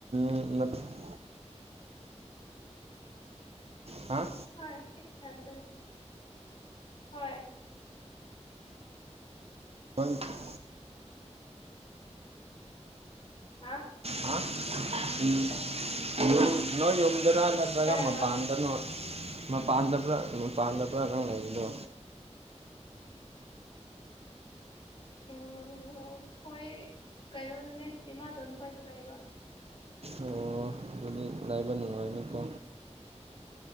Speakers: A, on the right; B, on the left.
A: <inaudible> ꯍꯥ
B: ꯍꯣꯏ ꯁꯤ ꯏꯊꯟꯇꯅꯤ ꯍꯣꯏ
A: ꯂꯧꯁꯤꯟꯕ ꯉꯝꯗꯕ
B: ꯍꯥꯥ
A: ꯍꯥ ꯎꯝ ꯅꯣꯏ ꯅꯣꯏ ꯌꯨꯝꯗꯔ ꯅꯠꯇ꯭ꯔꯒ
B: ꯀꯩ ꯍꯥꯏꯕ
A: ꯃꯄꯥꯟꯗꯅꯣ ꯃꯄꯥꯟꯗꯕ꯭ꯔꯥ ꯃꯄꯥꯟꯗꯕ꯭ꯔꯥ ꯅꯪ ꯂꯩꯔꯤꯗꯣ
B: ꯎꯝ ꯍꯣꯏ ꯀꯩꯅꯣꯗꯅꯦ ꯏꯃꯥꯇꯣꯟ ꯈꯣꯏꯗ ꯂꯩꯕ
A: ꯑꯣ ꯑꯗꯨꯗꯤ ꯂꯥꯏꯕ ꯅꯨꯡꯉꯥꯏꯅꯤꯀꯣ